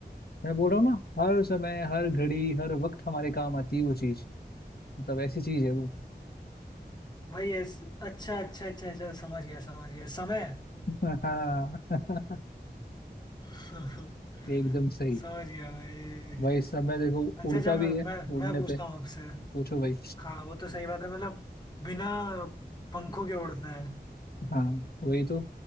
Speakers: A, on the left; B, on the left.
A: मैं बोल रहा हूँ ना हर समय हर घड़ी हर वक्त हमारे काम आती है वो चीज मतलब ऐसी चीज है वो
B: भाई ऐस अच्छा अच्छा अच्छा अच्छा समझ गया समझ गया समय
A: <laughs> हाँ
B: <laughs>
A: <laughs> एकदम सही
B: समझ गया भाई
A: भाई इस समय देखो
B: अच्छा
A: उड़ता
B: अच्छा मैं
A: भी है
B: मैं
A: उड़ने
B: मैं पूछता
A: पे
B: हूँ आपसे
A: पूछो भाई
B: हाँ वो तो सही बात है मतलब बिना पंखों के उड़ता है
A: हाँ वही तो